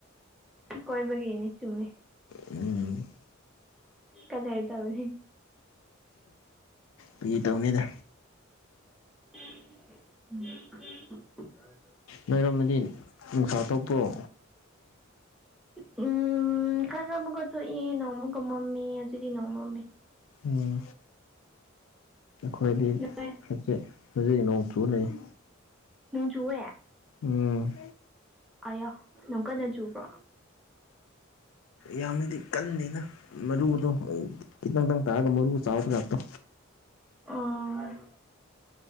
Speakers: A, in the centre; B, on the left.
A: ꯀꯣꯏꯕꯒꯤꯅꯤ ꯆꯨꯝꯃꯤ
B: ꯎꯝ
A: ꯀꯥꯗꯔ ꯇꯧꯕꯅꯤ
B: ꯐꯥꯒꯤ ꯇꯧꯅꯤꯗ
A: <unintelligible>
B: ꯅꯣꯏ ꯔꯣꯝꯗꯗꯤ ꯅꯨꯡꯁꯥ ꯊꯣꯛꯄꯔꯣ
A: ꯎꯝ ꯈꯔ ꯈꯔ ꯃꯨꯛꯀ ꯇꯣꯛꯏ ꯅꯣꯡ ꯃꯨꯛꯀ ꯃꯝꯃꯤ ꯑꯗꯨꯒꯤ ꯅꯣꯡ ꯃꯝꯃꯦ
B: ꯎꯝ ꯑꯈꯣꯏꯗꯤ
A: ꯅꯣꯏ
B: ꯍꯖꯤꯛ ꯍꯧꯖꯤꯛ ꯅꯣꯡ ꯆꯨꯔ ꯂꯩꯔꯤ
A: ꯅꯣꯡ ꯆꯨꯋꯦ
B: ꯎꯝ
A: ꯑꯌꯥ ꯅꯣꯡ ꯀꯟꯅ ꯆꯨꯕ꯭ꯔꯣ
B: ꯌꯥꯝꯅꯗꯤ ꯀꯟꯗꯦꯗ ꯃꯔꯨꯗꯣ ꯈꯤꯇꯪ ꯗꯪ ꯇꯥꯔꯒ ꯃꯔꯨ ꯆꯥꯎꯕ ꯖꯠꯇꯣ
A: ꯑꯣ